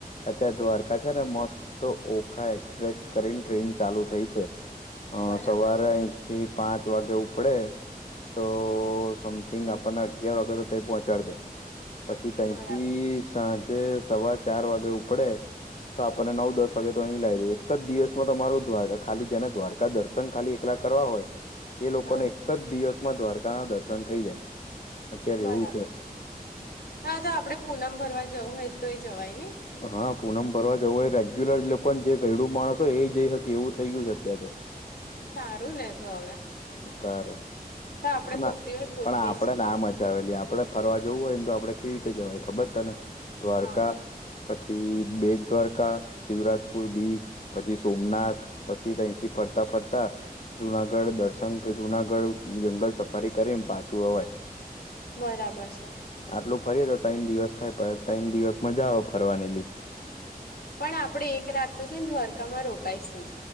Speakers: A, on the left; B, on the left.
A: અત્યારે દ્વારકા છે ને, મસ્ત ઓખા એક્સપ્રેસ કરીને ટ્રેન ચાલુ થઈ છે. અ
B: બરાબર
A: સવારે
B: છે
A: અઈંથી પાંચ વાગે ઉપડે, તો સમથિંગ આપણને અગિયાર વાગે તો તઈં પહોંચ ચાડ દે. પછી તંઈથી,
B: બરાબર છે
A: સાંજે સવા ચાર વાગે ઉપડે તો આપણને નવ દસ વાગે તો અહીં લાવી દે. એક જ દિવસમાં તમારો દ્વારકા, ખાલી જેને દ્વારકા દર્શન ખાલી એકલા કરવા હોય, એ લોકોને
B: હા
A: એક જ દિવસમાં દ્વારકાના દર્શન થઈ જાય. અત્યારે
B: બરાબર
A: એવું
B: છે. આ તો આપડે પૂનમ ભરવા જવું હોય તો ય જવાય નહી?
A: હા પૂનમ ભરવા જવું હોય, રેગ્યુલર એ લોકોને જે ઘયડું માણસ હોય, એ ય જઈ હકે એવું થઈ ગ્યું છે અત્યારે તો.
B: સારું ને તો હવે!
A: તારે.
B: તો આપણે
A: ના
B: કોક દિવસ ગોઠવીશું
A: પણ આપડે ના મજા આવે લી આ આપડે ફરવા જવું હોય ને તો આપડે કેવી રીતે જવાય ખબર છ તને? દ્વારકા
B: હા
A: પછી બેટ દ્વારકા, શિવરાજપુર બીચ, પછી સોમનાથ પછી તંઈથી પ ફરતા ફરતા જુનાગઢ દર્શ'- સંખ જુનાગઢ જંગલ સફારી કરીને પાછું અવાય.
B: બરાબર છે.
A: આટલું ફરીએ તો ત્રણ દિવસ થાય પણ ત્રણ દિવસ મજા આવે ફરવાની લી.
B: પણ આપડે એક રાત તો છે ને દ્વારકામાં રોકાઈશું જ,